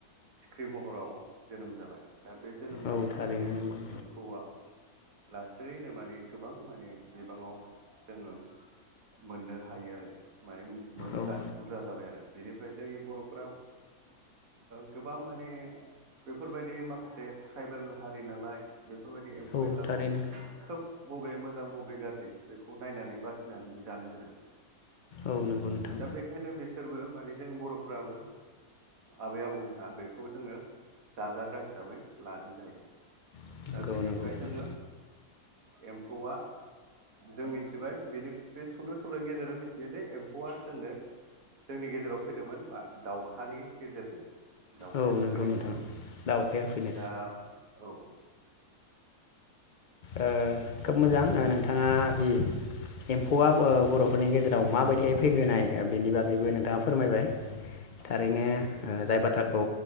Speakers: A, on the right (about 60°); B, on the left (about 60°).
A: सिख्रि महराव जोनोम जाबाय। दा बे जोनोम जानायनिफ्रायनो
B: औ थारैनो नंगौ
A: एम्फौआ लासैनो माने गोबां माने बिबाङाव जोङो मोननो हायो आरो माने मो-मोजा
B: औ
A: बुरजा जाबाय आरो। बेनिफ्राय जोंनि बर' ओ गोबां माने बेफोरबायदि माखासे ट्राइबेल हारि नालाय बेफोरबायदि एम्फौ
B: औ
A: एनलाखौ
B: थारैनो
A: खोब बबे मोजां बबे गाज्रि बेखौ खौ नायनानै बासिनानै जानो गोरों।
B: औ नंगौ नोंथां
A: दा बेखायनो बिसोरबो माने जों बर'फ्राबो आबै आबौमोनहा बेखौ जोङो जाजाग्रा हिसाबै लादों जाहैदों।
B: नंगौ
A: दा बेनिफ्राय
B: नंगौ
A: जोङो एम्फौआ जों मिथिबाय बेनि बे सुुंद' सल'नि गेजेरजों मिथियो दे एम्फौआ जोंनो जोंनि गेजेराव फैदोंमोन मा दाउखानि गेजेरजों। दाउखाया
B: औ
A: होफैदों
B: नंगौ नोंथां।
A: होननानै
B: दा अखाया फैदों
A: दा औ
B: ओ खोब मोजां नोंथाङा जि एम्फौआ बर'फोरनि गेजेराव माबायदिहाय फैग्रोनाय बेनि बागैबो नोंथाङा फोरमायबाय थारैनो
A: नंगौ
B: जाय बाथ्रा खौ